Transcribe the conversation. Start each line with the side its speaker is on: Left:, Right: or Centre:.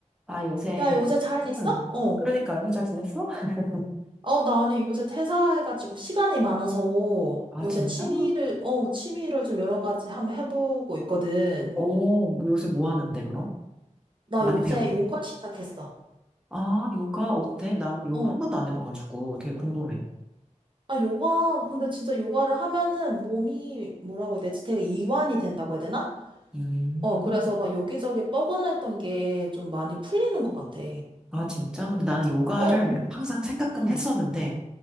Centre: 아, 요새,
Right: 야, 요새 잘
Centre: 응.
Right: 있어? 어.
Centre: 그러니까, 요새 잘 지냈어? <laughs>
Right: 어, 나 아니 요새 퇴사해가지고 시간이 많아서
Centre: 아,
Right: 요새
Centre: 진짜?
Right: 취미를, 어, 취미를 좀 여러 가지 한번 해보고 있거든.
Centre: 어, 뭐 요새 뭐 하는데, 그럼?
Right: 나
Centre: 많이
Right: 요새
Centre: 배워.
Right: 요가 시작했어.
Centre: 아, 요가 어때? 난 요가
Right: 어.
Centre: 한 번도 안 해봐가지고 되게 궁금해.
Right: 아, 요가, 근데 진짜 요가를 하면은 몸이 뭐라고 해야 되지? 되게 이완이 된다고 해야 되나?
Centre: 음.
Right: 어, 그래서 막 여기저기 뻐근했던 게 좀 많이 풀리는 것 같아.
Centre: 아, 진짜? 근데 나는 요가를
Right: 어, 어.
Centre: 항상 생각은
Right: 응,
Centre: 했었는데,